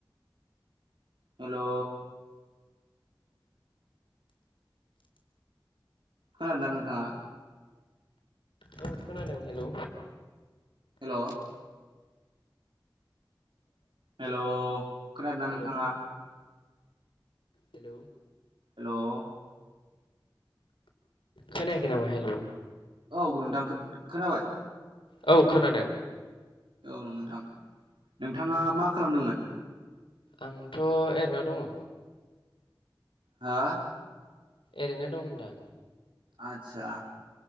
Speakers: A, on the right; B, on the left.
A: हेलौ खोनादों ना नोंथाङा
B: औ खोनादों हेलौ
A: हेल हेल' खोनादोंना
B: हेल
A: नोंथाङा
B: हेल
A: हेल'
B: खोनायाखै नामा हेल'
A: औ नोंथां खोनाबाय
B: औ खोनादों
A: औ नोंथां नोंथाङा
B: औ
A: मा खालामदोंमोन
B: आंथ' एरैना दङ'
A: हा
B: ओरैनो दं होनदां
A: आदसा